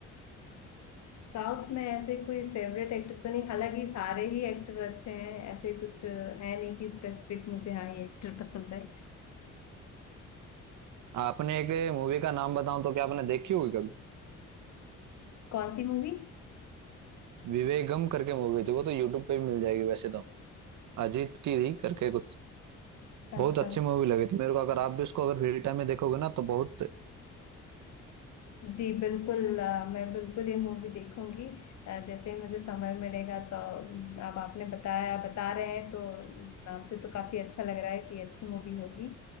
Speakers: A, on the left; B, on the right.
A: साउथ में ऐसे कोई फेवरेट एक्टर तो नहीं हालांकि सारे ही एक्टर अच्छे हैं ऐसे कुछ है नहीं कि स्पेसिफिक मुझे हाँ ये एक्टर पसंद है
B: आपने एक मूवी का नाम बताऊं तो क्या आपने देखी होगी कभी
A: कौन सी मूवी
B: विवेगम करके मूवी थी वो तो यूट्यूब पे भी मिल जाएगी वैसे तो अजीत की थी करके कुछ
A: अच्छा
B: बहुत अच्छी मूवी लगी थी मेरे को अगर आप भी उसको अगर फ्री टाइम में देखोगे ना तो बहुत
A: जी बिल्कुल अ, मैं बिल्कुल ये मूवी देखूंगी अ, जैसे ही मुझे समय मिलेगा तो अम, अब आपने बताया बता रहे हैं तो नाम से तो काफी अच्छा लग रहा है कि अच्छी मूवी होगी